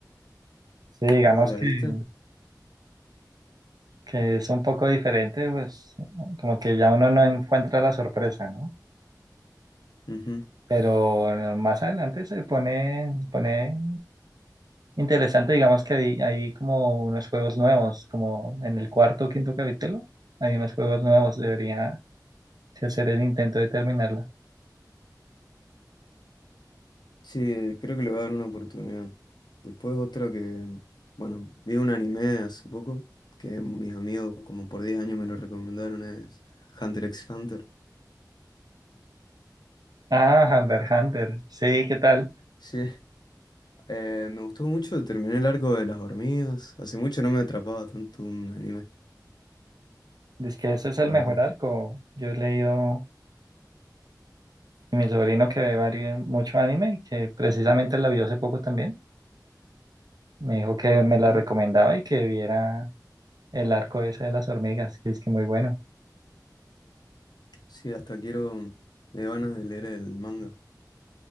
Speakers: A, on the right; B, on the left.
A: Sí, digamos
B: ¿Vos la
A: que,
B: viste?
A: que es un poco diferente, pues como que ya uno no encuentra la sorpresa, ¿no?
B: Ujú.
A: Pero eh, más adelante se pone, se pone interesante, digamos que hay, hay como unos juegos nuevos, como en el cuarto o quinto capítulo, hay unos juegos nuevos, debería si hacer el intento de terminarla.
B: Sí, creo que le voy a dar una oportunidad. Después otra que, bueno, vi un anime hace poco que mis amigos como por 10 años me lo recomendaron, es Hunter x Hunter.
A: Ah, Hunter, x Hunter, sí, ¿qué tal?
B: Sí, eh, me gustó mucho, terminé el arco de las hormigas. Hace mucho no me atrapaba tanto un anime,
A: Dice que ese es el
B: la
A: mejor
B: verdad.
A: arco. Yo he leído Y mi sobrino que ve vario- mucho anime, y que precisamente la vio hace poco también, me dijo que me
B: Ujú.
A: la recomendaba y que viera el arco ese de las hormigas, que es que muy bueno. <laughs>
B: Sí, hasta quiero, me dio ganas de leer el manga.